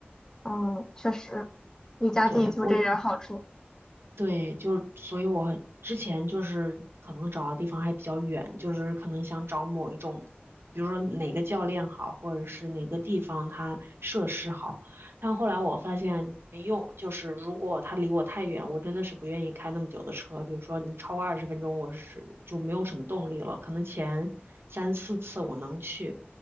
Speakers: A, on the left; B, on the right.
A: 嗯，确实，离家近就这点儿好处，
B: 对，我。对，就所以我之前就是可能找的地方还比较远，就是可能想找某一种，比如说哪个教练好，或者是哪个地方它设施好。但后来我发现没用，就是如果他离我太远，我真的是不愿意开那么久的车。比如说你超过二十分钟，我是就没有什么动力了。可能前三四次我能去，